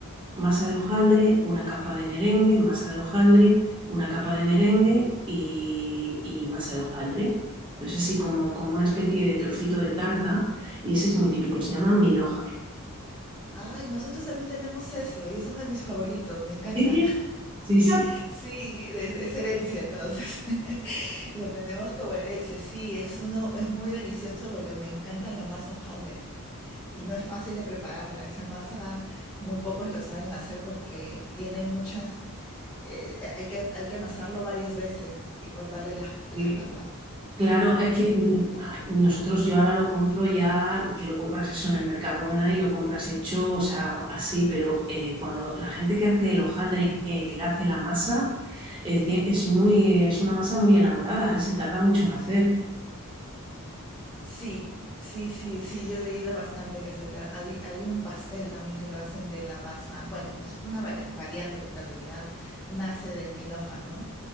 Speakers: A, on the right; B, on the left.
A: masa de hojaldre, una capa de merengue, masa de hojaldre, una capa de merengue y, y masa de hojaldre. Entonces así como, como una especie de trocito de tarta y ese es muy típico, se llama milhoja.
B: Ay, nosotros también tenemos eso y es uno de mis favoritos, me encanta.
A: Sí,
B: <laughs>
A: sí,
B: Sí, es, es herencia, entonces <laughs> lo tenemos como herencia. Sí, es uno, es muy delicioso porque me encanta la masa hojaldre y no es fácil de prepararla. Esa masa muy pocos lo saben hacer porque tiene muchas, eh, hay que, hay que amasarlo varias veces y cortarle las, las
A: sí.
B: capas.
A: Claro, es que mm, a- nosotros yo ahora lo compro ya, que lo compras eso en el Mercadona y lo compras hecho, o sea, así, pero eh, cuando la gente que hace el hojaldre, eh, que le hace la masa, eh, tie- es muy, es una masa muy elaborada, eh, se tarda mucho en hacer.
B: Sí, sí, sí, sí, yo he leído bastante que se tra- hay, hay un pastel también que lo hacen de la masa, bueno, es una varia- variante porque en realidad nace del mil hojas, ¿no?